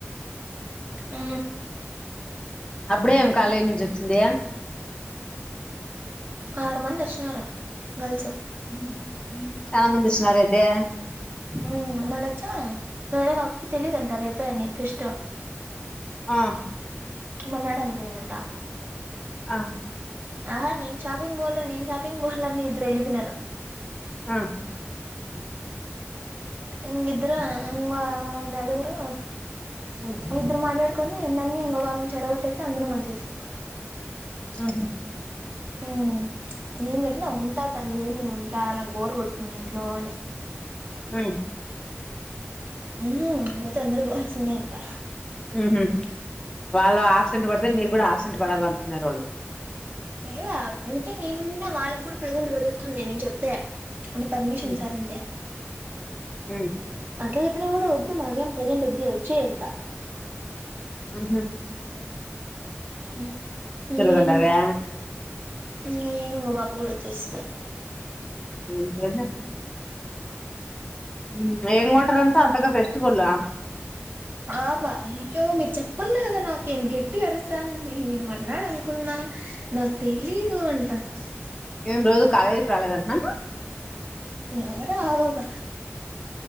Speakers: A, on the right (about 40°); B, on the left (about 20°).
A: ఆ
B: అప్పుడే ఏం కాలేజీ నుంచి వచ్చిందియా
A: ఆరు మంది వచ్చినారు గర్ల్స్
B: <inaudible> చాలా మంది ఇచ్చినార అయ్తే
A: ఉమ్ మళ్ళ వచ్చా వర బాబుకి తెలిదుంట రేపోని ఫిస్ట్
B: ఆ
A: మరన్నడు అనుకునిందంటా
B: ఆ
A: ఆహా షాపింగ్ మాల్ నన్ షాపింగ్ మాల్ అని ఇధారు వెలిపోయినారు
B: ఆ
A: ఇంగ్ ఇధ్రు ఇంగో నలుగురు
B: ఉమ్
A: ఇధర్ మట్లాడు కొని నన్ను ఇంకో బాబుని చెడగొట్టేసి అందుర వచ్చేస్తుంది
B: ఆహా
A: ఉమ్ నేను చెప్పిన ఉంటా తల్లి నేను ఉంటా నాకు బోర్ కొడుతుంది ఇంట్లో అని
B: ఉమ్
A: ఉహుమ్ పోతే అందరూ పోవాల్సిందే అంటా
B: ఉహుమ్ వాళ్ళ ఆక్సిడెంట్ పడితే నీకు కూడా ఆక్సిడెంట్ పడాల అనుకున్నారు వాళ్ళు
A: లే అంటే మెమ్ నెన్ఉనా వాళ్ళకు కూడా ప్రెజెంట్ పెడుగుతుంది నేను చెప్తే పెర్మిషన్
B: ఉమ్,
A: సార్ ఉంటె <inaudible>
B: ఉమ్
A: అట్లా చెప్పినా కూడా వద్దు మాకేం ప్రజెంట్ వద్ వచ్చేయంట
B: ఉహుమ్
A: ఉమ్ ఇంగా నేను
B: కండారా
A: ఇంగా నేను మా బాప కూడా వచ్చేస
B: బోన్‌చెయిల్ ఉమ్ ఎమ్ కొంటార్ అంటా అంతగా ఫెస్టు తుగులా
A: ఆ బా ఇయ్యో మీరు చెప్పలే కదా నాకేను గట్టి గరుస్తాను నేను మోర్నాడు అనుకున్నా నాకు తెలిదు అంట ఈ
B: మేం రోజు కాలేజీ రాలేదుంటన్నా
A: యర అబబ్బా